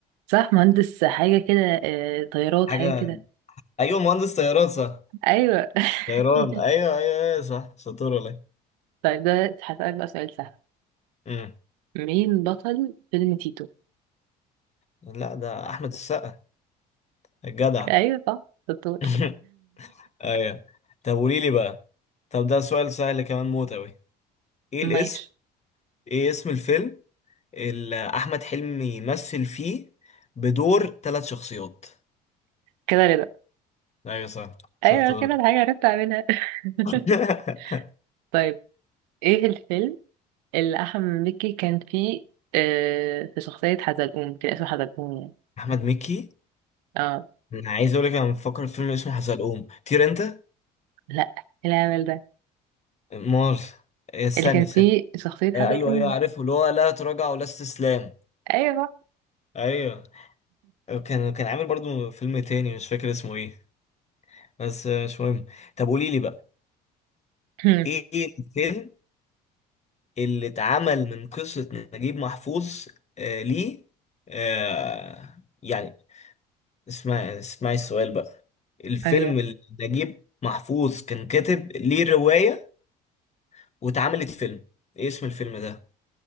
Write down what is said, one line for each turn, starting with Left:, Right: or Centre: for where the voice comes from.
Right: صح مهندس حاجة كده أه. طيارات
Left: حاجه
Right: حاجة كده
Left: ايوه مهندس طيارات صح
Right: ايوه
Left: غيران
Right: <laughs>
Left: ايوه ايوه ايوه صح ساتور ولا إيه؟
Right: طيب ده هسألك بقى سؤال سهل
Left: امم
Right: مين بطل فيلم تيتو
Left: لا ده احمد السقا الجدع
Right: ايوه صح دكتور
Left: <laughs> ايوه طب قولي لي بقى طب ده سؤال سهل كمان موت اوي
Right: <laughs>
Left: ايه الاسم
Right: ماشي
Left: ايه اسم الفيلم اللي احمد حلمي يمثل فيه بدور ثلاث شخصيات
Right: كده رضا
Left: ايوه صح ساتور
Right: ايوه كده الحاجة عرفت اعملها
Left: <laughs>
Right: <laughs> طيب ايه الفيلم اللي احمد مكي كان فيه آه في شخصية حزلقوم كان اسمه حزلقوم يعني
Left: احمد مكي
Right: اه
Left: انا عايز اقول لك انا بفكر في فيلم اسمه حزلقوم طير انت
Right: لا إيه العمل ده
Left: مار ثاني
Right: اللي كان
Left: ثاني
Right: فيه شخصية حزلقوم
Left: ايوه ايوه عارفه اللي هو لا تراجع ولا استسلام
Right: ايوه صح
Left: ايوه كان كان عامل برضو فيلم تاني مش فاكر اسمه ايه بس آه، مش مهم طب قولي لي بقى
Right: <laughs>
Left: ايه إيه الفيلم اللي اتعمل من قصة نجيب محفوظ آه ليه آه يعني اسمعي اسمعي السؤال بقى الفيلم
Right: ايوه
Left: اللي نجيب محفوظ كان كاتب ليه رواية واتعملت فيلم ايه اسم الفيلم ده